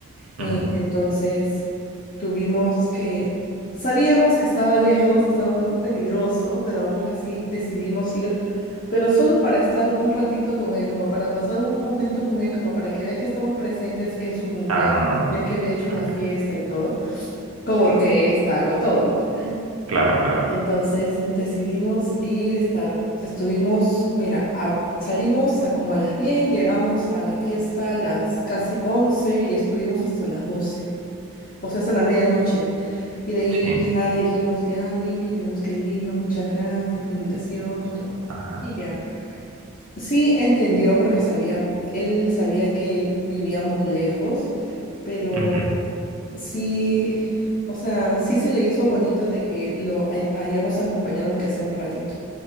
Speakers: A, on the left; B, on the right.
A: Eh,
B: Ujú.
A: entonces tuvimos que, sabíamos que estaba lejos, estaba un poco peligroso, pero aún así decidimos ir, pero solo para estar un ratito con él, como para pasar un momento con él, como para que vea que estamos presentes en su cumpleaños,
B: Ah,
A: ya que había hecho una
B: ok,
A: fiesta y todo, con orquesta, con todo, con todo.
B: claro, claro.
A: Entonces decidimos ir, estar, estuvimos, mira, a- salimos a como a las 10, llegamos a la fiesta a las casi 11 y estuvimos hasta las 12. O sea, hasta la medianoche. Y de ahí
B: Sí.
A: ya le dijimos, ya Luigi, tenemos que irnos, muchas gracias por la invitación y todo.
B: Ajá.
A: Y ya. Sí entendió porque sabía, él sabía que vivíamos lejos, pero
B: Ujú.
A: sí, o sea, sí se le hizo bonito de que lo hay- hayamos acompañado aunque sea un ratito.